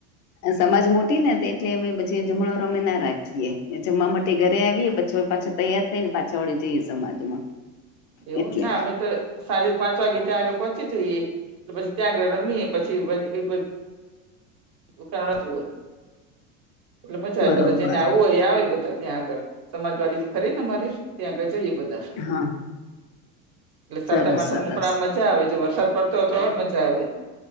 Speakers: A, on the left; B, on the right.
A: આ સમાજ મોટી ને તો એટલે અમે પછી જમણવાર અમે ના રાખીએ, ને જમવા માટે ઘરે આવીએ પછી પાછા તૈયાર થઈ ને પાછા વળી જઈએ સમાજમાં.
B: એવું!
A: એટલે
B: ના અમે તો સારી પાંચ વાગે ત્યાં આગળ પહોંચી જઈએ, ને પછી ત્યાં આગળ રમીએ પછી <unintelligible> <unintelligible> હોય, એટલે મજા આવે.
A: બરોબર
B: બધા જેને આવું હોય ઈ આવે બધા ત્યાં આગળ. સમાજવાડી જે ખરી ને અમારી ત્યાં આગળ જઈએ બધ
A: હા.
B: એટલે સાતમ
A: સરસ
B: આઠમને
A: સરસ
B: પણ આમ મજા આવે, જો વરસાદ પડતો હોય તો ઓર મજા આવે.